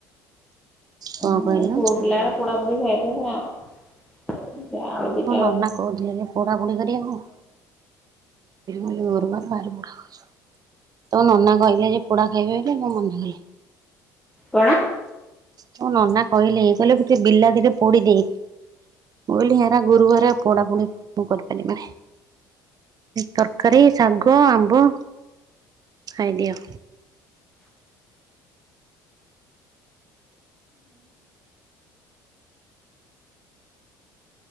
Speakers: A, on the right; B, in the centre.
A: କଣ
B: ଆ
A: କହିଲ
B: ପୁଅ ପିିଲାରା ପୋଡ଼ା, ପୋଡ଼ି ଖାଇ ଦେବେ ଆଉ ଏ
A: ମୋ
B: ଆଳ
A: ନନା କହୁଥିଲେ ଯେ ପୋଡ଼ା, ପୋଡ଼ି କରିବାକୁ ଆଜି ଗୁରୁବାର ଭରି ପୋଡ଼ା ଖାଉଚ, ତୋ ନନା କହିଲେ ଯେ ପୋଡା ଖାଇବେ ବୋଲି ମୁଁ ମନା କଲି।
B: କଣ
A: ତୋ ନନା କହିଲେ କହିଲେ ଗୋଟେ ବିଲାତିିଟେ ପୋଡି ଦେଏ। ମୁଁ କହିଲି ହେରା ଗୁରୁ ବାର ପଢା ପଢି ମୁ କରିପାରିବି ନେଇ। ତରକାରୀ, ଶାଗ, ଆମ୍ବ, ଖାଇଦିଅ।